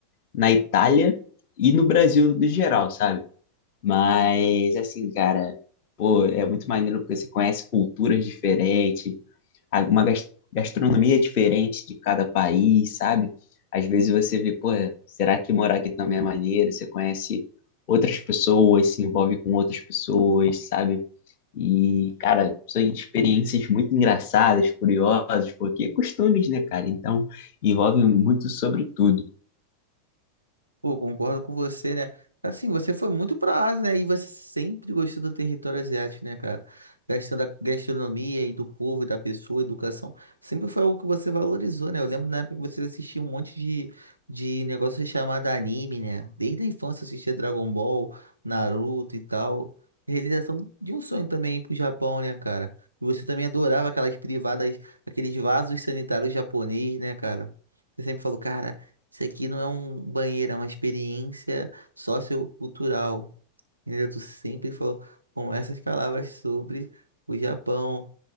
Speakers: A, on the left (about 45°); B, on the right (about 85°).
A: na Itália e no Brasil no geral, sabe? Mas, assim, cara, pô, é muito maneiro porque você conhece culturas diferentes, a- uma gas- gastronomia diferente de cada país, sabe? Às vezes você vê, pô, será que morar aqui também é maneiro? Você conhece outras pessoas, se envolve com outras pessoas, sabe? E, cara, são experiências muito engraçadas, curiosas, porque é costumes, né, cara? Então, envolve muito sobre tudo.
B: Pô, concordo com você, né? Assim, você foi muito pra Ásia, né? E você sempre gostou do território asiático, né, cara? Gastando da gastronomia e do povo, e da pessoa, educação. Sempre foi algo que você valorizou, né? Eu lembro na época que você assistia um monte de, de negócio chamado anime, né? Desde a infância assistia Dragon Ball, Naruto e tal. Realização de um sonho também ir pro Japão, né, cara? E você também adorava aquelas privadas, aqueles vasos sanitários japoneses, né, cara? Você sempre falou, cara. Isso aqui não é um banheiro, é uma experiência sociocultural. Entendeu? Tu sempre falou com essas palavras sobre o Japão,